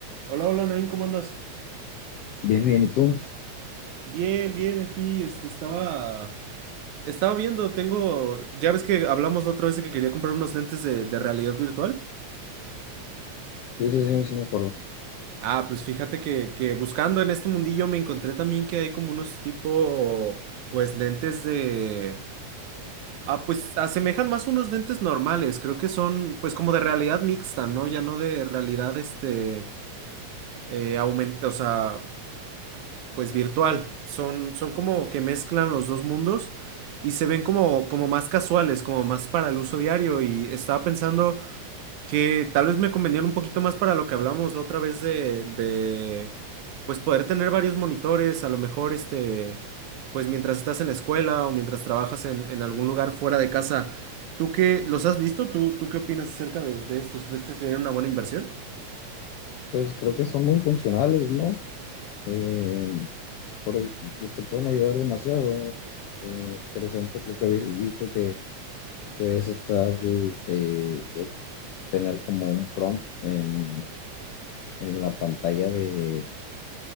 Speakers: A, on the right (about 80°); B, on the left (about 80°).
A: Hola, hola, Nain, ¿cómo andas?
B: Bien, bien, ¿y tú?
A: Bien, bien, aquí este, estaba, estaba viendo, tengo, ya ves que hablamos la otra vez de que quería comprar unos lentes de, de realidad virtual.
B: Sí, sí, sí, sí me acuerdo.
A: Ah, pues fíjate que, que buscando en este mundillo me encontré también que hay como unos tipo, pues lentes de, ah, pues asemejan más unos lentes normales, creo que son pues como de realidad mixta, ¿no? Ya no de realidad, este, eh, aumenta, o sea... pues virtual. Son, son como que mezclan los dos mundos y se ven como, como más casuales, como más para el uso diario. Y estaba pensando que tal vez me convenían un poquito más para lo que hablamos la otra vez de, de pues poder tener varios monitores, a lo mejor este, pues mientras estás en la escuela o mientras trabajas en, en algún lugar fuera de casa. ¿Tú qué los has visto? ¿Tú, tú qué opinas acerca de, de estos? ¿Crees que sería una buena inversión?
B: Pues creo que son muy funcionales, ¿no? Eh, por, e- pues, te pueden ayudar demasiado. Eh, por ejemplo, creo que habéis visto que puedes estar, eh, obtener como un prompt en, en la pantalla de,